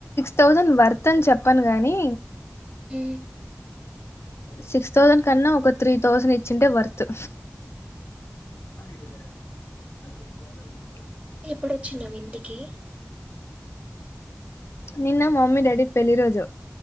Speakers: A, on the left (about 55°); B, on the right (about 25°).
A: థౌసంద్ వర్క్ అని చెప్పను గాని
B: ఉ
A: సిక్స్ థౌజండ్ కన్నా ఒక త్రీ థౌజండ్ ఇచ్చింటే వర్త్
B: ఉహు
A: టీవీ సౌండ్
B: ఎప్పుడొచ్చినావ్ ఇంటికి
A: నిన్న మమ్మీ డాడి పెళ్లి రోజు